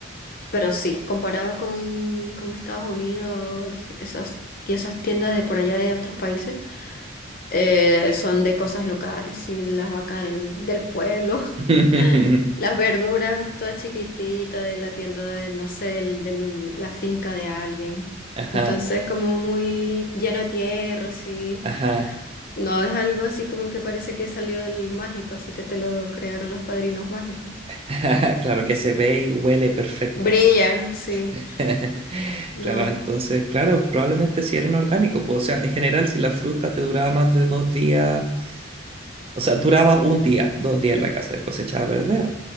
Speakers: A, on the left; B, on the right.
A: Pero sí, comparado con, con Estados Unidos y esas, y esas tiendas de por allá de otros países, eh, son de cosas locales, y las vacas del, del pueblo, <laughs>
B: <laughs>
A: las verduras todas chiquititas de la tienda de, no sé, del, del- la finca de alguien.
B: Ajá,
A: Entonces, como muy lleno de tierra, así.
B: ajá.
A: No es algo así como que parece que salió del mágico, así que te lo crearon los padrinos mágicos.
B: <laughs> Claro que se ve y huele perfecto.
A: Brilla, sí.
B: <laughs>
A: No,
B: Claro, entonces, claro, probablemente sí eran orgánicos. pues, o sea, en general, si la fruta te duraba más de dos días, o sea, duraba un día, dos días en la casa, después se echaba a perder.